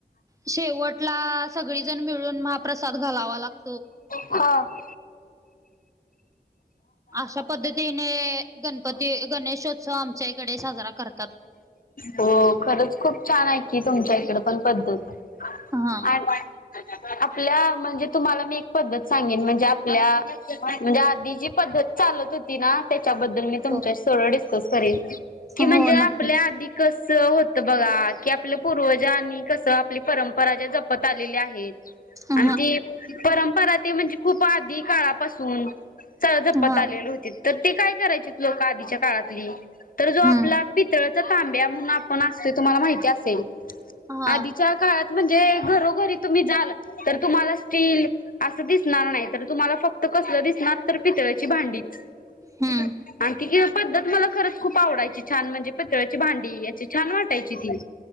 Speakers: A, on the right; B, on the left.
A: शेवटला सगळीजण मिळून महाप्रसाद घालावा लागतो
B: हा
A: अशा पद्धतीने, गणपती... गणेशोत्सव आमच्या इकडे साजरा करतात
B: हो... खरंच... खूप छान हाय की, तुमच्या इकडं पण पद्धत
A: हा
B: बाय बाय... हं हं आपल्या म्हणजे... तुम्हाला मी एक पद्धत सांगेन... म्हणजे, आपल्या... म्हणजे आधी जी पद्धत चालत होती ना... त्याच्याबद्दल मी
A: हो
B: तुमच्याशी थोडं डिस्कस करेन... की
A: हो
B: म्हणजे
A: नक्कीच
B: आपल्या आधी कसं होत बघा... की आपलं पूर्वजं आणि कसं आपली परंपरा... ज्या जपत आलेली आहेत
A: हा
B: आणि... ते परंपरा... ते म्हणजे... खूप आधी काळापासून च... जपत
A: हा
B: आलेली होतीत... तर ते काय करायची लोकं... आधीच्या काळातली... तर जो
A: हम्म
B: आपला पितळचा तांब्या म्हणून.. आपण असतो... तुम्हाला माहिती असेल...
A: हा
B: आधीच्या काळात म्हणजे... घरोघरी तुम्ही जाल... तर तुम्हाला स्टील असं दिसणार नाही.. तर तुम्हाला फक्त... कसलं दिसणार तर... पितळ्याची भांडीच
A: हम्म
B: आणखी हय पद्धत... मला खरंच खूप आवडायची छान म्हणजे.. पितळ्याची भांडी... याची छान वाटायची ती...